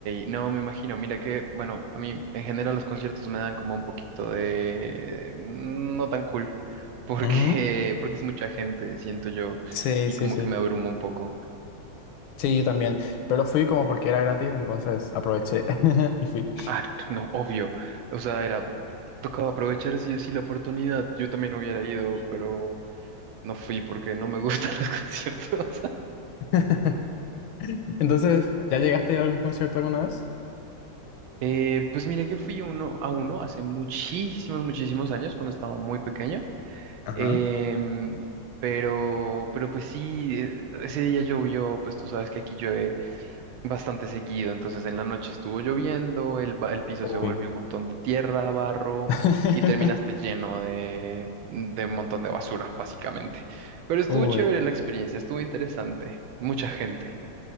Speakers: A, on the right (about 70°); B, on the left (about 75°).
A: no, me imagino, mira que, bueno, a mí en general los conciertos me dan como un poquito de mm, no tan cool, <laughs> porque,
B: Ujú.
A: porque es mucha gente, siento yo,
B: Sí,
A: y
B: sí,
A: como
B: sí.
A: que me abrumo un poco.
B: Sí, yo también. Pero fui como porque era gratis, entonces aproveché <laughs> y fui.
A: Ah, no, obvio, o sea, era, tocaba aprovechar sí o sí la oportunidad, yo también hubiera ido, pero no fui porque no me gustan <laughs> los conciertos.
B: <laughs> Entonces, ¿ya llegaste a algún concierto alguna vez?
A: Eh, pues mira que fui uno a uno hace muchísimos, muchísimos años, cuando estaba muy pequeño.
B: Ajá.
A: Em, pero, pero pues sí, eh, ese día llovió, pues tú sabes que aquí llueve bastante seguido, entonces en la noche estuvo lloviendo, el, ba- el piso
B: Uy.
A: se volvió un montón de tierra, barro,
B: <laughs>
A: y terminaste lleno de, de un montón de basura, básicamente. Pero estuvo
B: Uy,
A: chévere la experiencia, estuvo interesante, mucha gente.